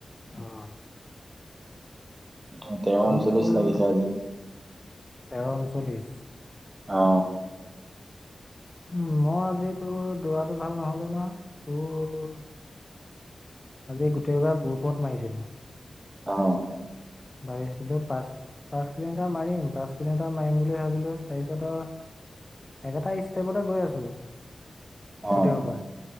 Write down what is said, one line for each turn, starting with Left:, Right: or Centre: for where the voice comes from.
Left: অ‌।
Right: এইটো তেৰ ঊনচল্লিশ
Left: মইতো
Right: লাগিছে আজি
Left: তেৰ ঊনচল্লিশ,
Right: অ।
Left: উ মই আজিতো দৌৰাটো ভাল নহলেই নহয়। তোৰ আজি গোটেইবাৰ গ্ৰুপট মাৰিছিলোঁ।
Right: অ।
Left: মাৰিছিলো পাঁচ পাঁচ কিলোমিটাৰ মাৰিম পাঁচ কিলোমিটাৰ মাৰিম বুলি ভাবিলো তাৰপিছত অ, একেটা ষ্টেপতে গৈ আছো।
Right: অ
Left: গুতেইহুপা।